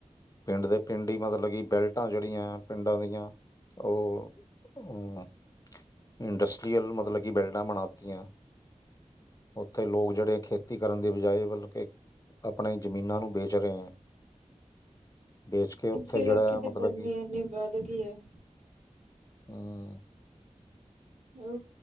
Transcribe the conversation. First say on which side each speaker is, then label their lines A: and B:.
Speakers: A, on the left; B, on the right.
A: ਪਿੰਡ ਦੇ ਪਿੰਡ ਹੀ ਮਤਲਬ ਕਿ ਬੈਲਟਾਂ ਜਿਹੜੀਆਂ ਪਿੰਡਾਂ ਦੀਆਂ ਉਹ। ਅ ਇੰਡਸਟਰੀਅਲ ਮਤਲਬ ਕਿ ਬਿਲਡਾਂ ਬਣਾਤੀਆਂ। ਉੱਥੇ ਲੋਕ ਜਿਹੜੇ ਖੇਤੀ ਕਰਨ ਦੀ ਬਜਾਏ ਮਤਲਬ ਕਿ ਆਪਣੇ ਜ਼ਮੀਨਾਂ ਨੂੰ ਵੇਚ ਰਹੇ ਹੈ। ਵੇਚ ਕੇ ਉੱਥੇ
B: ਇਸੇ
A: ਜਿਹੜਾ
B: ਕਰਕੇ
A: ਆ ਮਤਲਬ
B: ਤੇ ਗਰਮੀ
A: ਕਿ
B: ਇੰਨੀ ਵੱਧ ਗਈ ਹੈ।
A: ਹਮ
B: ਉਹ